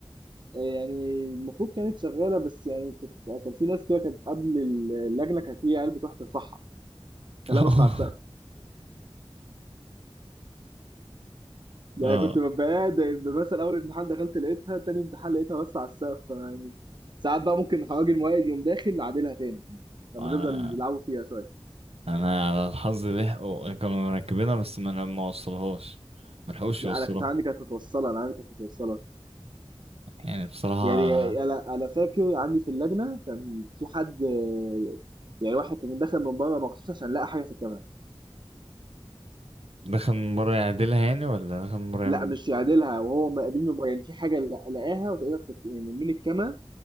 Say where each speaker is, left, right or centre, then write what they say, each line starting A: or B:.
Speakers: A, on the right; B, on the right.
A: آه، يعني المفروض كانت شغاله بس يعني كانت كان في ناس كده كانت قبل اللجنه كانت هي عيال بتروح ترفعها تلبس
B: <laughs> اه
A: على السقف يعني
B: اه
A: كنت ببقى قاعد مثلا اول امتحان دخلت لقيتها تاني امتحان لقيتها بس على السقف يعني ساعات بقى ممكن راجل موائد يقوم داخل نعدلها تاني لما
B: انا
A: نفضل نلعبوا فيها شويه
B: انا على الحظ لحقوا كانوا مركبينها بس ما ما وصلهاش ما لحقوش
A: لا
B: يوصلوها
A: انا كانت عندي كانت متوصله انا عندي كانت متوصله
B: يعني بصراحة
A: يعني انا انا فاكر عندي في اللجنه كان في حد آه، يعني واحد كان داخل من بره مخصوص عشان لقى حاجه في الكاميرا
B: دخل من بره يعدلها يعني ولا دخل من بره يعمل
A: لا مش يعدلها وهو مقابل من بره يعني في حاجه لق- لقاها وتقريبا في- يعني من الكاميرا